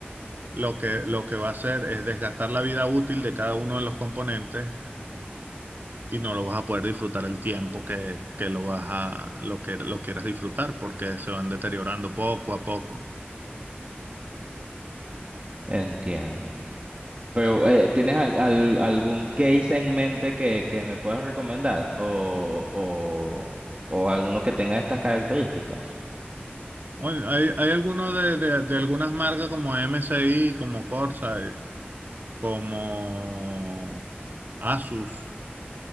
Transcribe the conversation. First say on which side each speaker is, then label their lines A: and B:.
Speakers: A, on the right; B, on the right.
A: lo que, lo que va a hacer es desgastar la vida útil de cada uno de los componentes y no lo vas a poder disfrutar el tiempo que, que lo vas a, lo que lo quieras disfrutar porque se van deteriorando poco a poco.
B: entiendo. Pero, eh, ¿tienes al- al- algún case en mente que, que me puedas recomendar? O, o, o alguno que tenga estas características.
A: Bueno, hay, hay algunos de, de, de algunas marcas como MSI, como Corsair, como Asus.